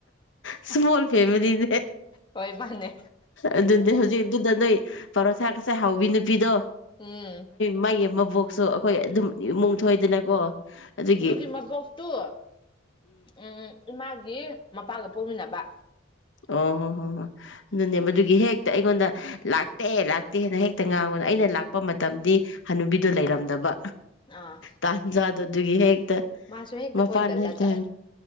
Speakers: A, on the left; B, on the left.
A: ꯏꯁꯃꯣꯜ ꯐꯦꯃꯤꯂꯤꯅꯦ
B: ꯍꯣꯏ ꯃꯥꯅꯦ
A: ꯑꯗꯨꯗꯤ ꯍꯧꯖꯤꯛ ꯑꯗꯨꯗ ꯅꯣꯏ ꯄꯔꯣꯁꯥ ꯀꯁꯥꯏ ꯍꯥꯎꯕꯤ ꯅꯨ ꯤꯗ
B: ꯎꯝ
A: ꯃꯒꯤ ꯃꯕꯣꯛꯁꯨ ꯑꯩꯈꯣꯏ ꯑꯗꯨꯝ ꯏꯃꯨꯡ ꯊꯣꯏꯗꯅꯀꯣ ꯑꯗꯨꯒꯤ
B: ꯁꯤ ꯃꯕꯣꯛ ꯇꯨ ꯎꯝ ꯏꯃꯥꯒꯤ ꯃꯄꯥꯒ ꯄꯣꯛꯃꯤꯟꯅꯕ
A: ꯑꯣ ꯍꯣ ꯍꯣ ꯍꯣꯏ ꯑꯗꯨꯅꯦ ꯃꯗꯨꯒꯤ ꯍꯦꯛꯇ ꯑꯩꯉꯣꯟꯗ ꯂꯥꯛꯇꯦ ꯂꯥꯛꯇꯦꯅ ꯍꯦꯛꯇ ꯉꯥꯎ ꯑꯩꯅ ꯂꯥꯛꯄ ꯃꯇꯝ ꯃꯇꯝꯗꯤ ꯍꯅꯨꯕꯤꯗꯨꯣ ꯂꯩꯔꯝꯗꯕ
B: ꯑꯥ
A: ꯇꯖ ꯑꯗꯨꯗꯨꯒꯤ ꯍꯦꯛ
B: ꯃꯥꯁꯨ ꯍꯦꯛꯇ
A: ꯃꯄꯥꯟꯅ
B: ꯀꯣꯏꯒꯜꯂꯒ
A: ꯍꯦꯛꯇ